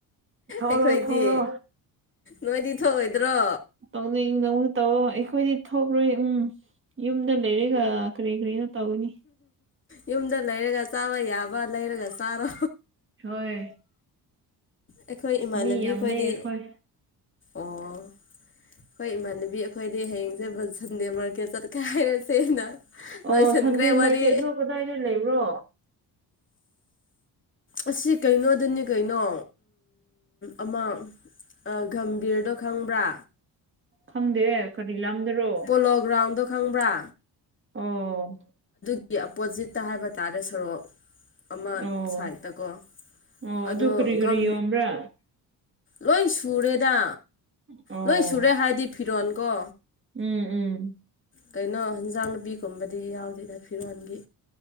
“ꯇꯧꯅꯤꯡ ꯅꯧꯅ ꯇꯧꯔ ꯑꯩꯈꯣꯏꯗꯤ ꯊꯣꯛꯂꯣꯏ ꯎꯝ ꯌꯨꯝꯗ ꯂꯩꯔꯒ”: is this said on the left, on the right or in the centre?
Right